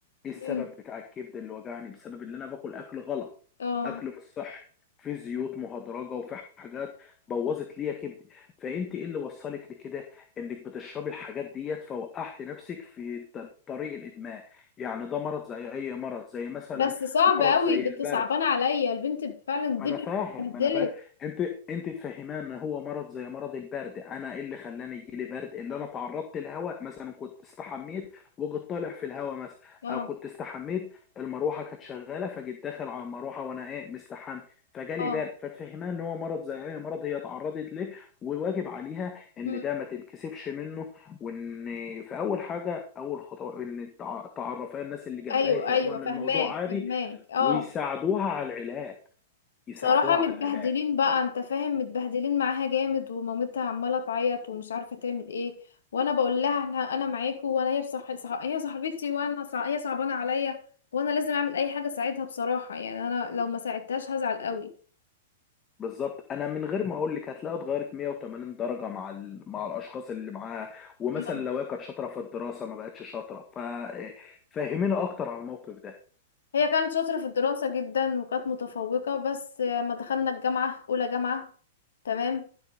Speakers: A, on the left (about 25°); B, on the left (about 75°).
A: ايه السبب
B: امم
A: بتاع الكبد اللي وجعني بسبب ان انا باكل اكل غلط
B: اه
A: اكل مش صح في زيوت مهدرجه وفي حاجات بوظت ليا كبدي فانت ايه اللي وصلك لكده انك بتشربي الحاجات ديت فوقعت نفسك في ط- طريق الادمان يعني ده مرض زي اي مرض زي مثلا
B: بس صعب
A: مرض
B: قوي
A: زي
B: بت-
A: البرد
B: صعبانة عليا البنت فعلا دبلت
A: ما انا فاهم
B: اتبهدلت
A: ما انا فاهم انت انت تفهمان ان هو مرض زي مرض البرد انا ايه اللي خلاني يجي لي برد اللي انا تعرضت للهواء مثلا كنت استحميت وجيت طالع في الهواء مثلا
B: اه
A: او كنت استحميت المروحه كانت شغاله فجيت داخل على المروحه وانا ايه مستحمي فجالي
B: اه
A: برد فتفهمان ان هو مرض زي اي مرض هي اتعرضت ليه وواجب عليها ان
B: امم
A: ده ما تنكسفش منه وان في اول حاجه اول خطوه ان تع- تعرفها الناس اللي جنبها
B: أيوه
A: يفهموها
B: أيوه
A: ان
B: فهماك
A: الموضوع عادي
B: فهماك اه
A: ويساعدوها على العلاج يساعدوها
B: بصراحة متبهدلين
A: على العلاج
B: بقى انت فاهم متبهدلين معاها جامد ومامتها عمالة تعيط ومش عارفة تعمل ايه وانا بقول لها انا انا معاكوا وانا هي بصح... صح... هي صاحبتي وانا صع... هي صعبانة عليا وانا لازم اعمل اي حاجة اساعدها بصراحة يعني انا لو ما ساعدتهاش هزعل قوي
A: بالظبط انا من غير ما اقول لك هتلاقيها اتغيرت 180 درجه مع ال... مع الاشخاص اللي معاها ومثلا
B: مم.
A: لو هي كانت شاطره في الدراسه ما بقتش شاطره ف فهمينا اكتر على الموقف ده
B: هي كانت شاطرة في الدراسة جدا وكانت متفوقة بس لما دخلنا الجامعة اولى جامعة تمام